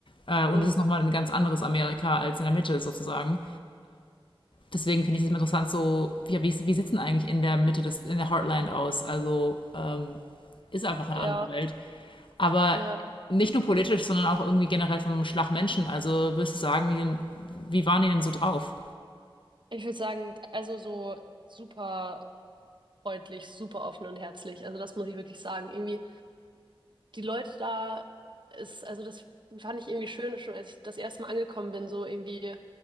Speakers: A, on the left (about 60°); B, on the right (about 55°).
A: Äh, und
B: mm,
A: es ist nochmal ein ganz anderes Amerika als in der Mitte sozusagen deswegen finde ich es interessant, so, wie, wie, wie sieht es denn eigentlich in der Mitte des, in der Heartland aus? Also ähm, ist einfach eine
B: Ja.
A: andere Welt. Aber
B: Ja.
A: nicht nur politisch, sondern auch irgendwie generell vom Schlag Menschen. Also würdest du sagen, wie, wie waren die denn so drauf?
B: Ich würde sagen, also so super. freundlich, super offen und herzlich. Also das muss ich wirklich sagen. Irgendwie die Leute da ist, also das fand ich irgendwie schön, schon als ich das erste Mal angekommen bin, so irgendwie